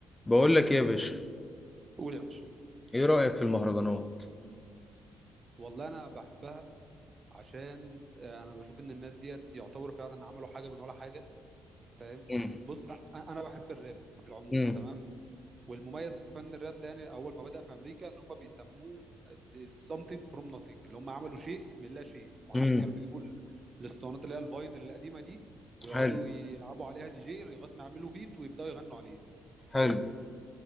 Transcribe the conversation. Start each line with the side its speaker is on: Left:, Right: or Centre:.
Left: بقول لك ايه يا باشا
Right: قول يا باشا
Left: ايه رأيك في المهرجانات
Right: والله انا بحبها عشان آه، انا بشوف ان الناس ديت يعتبروا فعلا عملوا حاجه من ولا حاجه فاهم
Left: امم
Right: بص أ- انا بحب الراب في العموم
Left: امم
Right: تمام والمميز في فن الراب ده يعني اول ما بدأ في امريكا ان هم بيسموه آه، the something from nothing اللي هم عملوا شيء من لا شيء هم حرفيا
Left: امم
Right: كانوا بيجيبوا ال- الاسطوانات اللي هي الفاينل القديمه دي ويقعدوا
Left: حلو
Right: يلعبوا عليها دي جي لغايه ما يعملوا بيت ويبداوا يغنوا عليه فاهم
Left: حلو